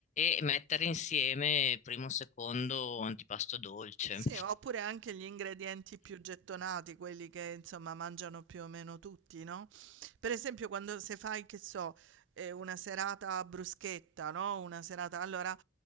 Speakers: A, on the left; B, on the right.
A: e mettere insieme primo, secondo, antipasto dolce.
B: Sì, oppure anche gli ingredienti più gettonati, quelli che insomma mangiano più o meno tutti, no, per esempio quando se fai, che so, ehm, una serata bruschetta, no, una serata allora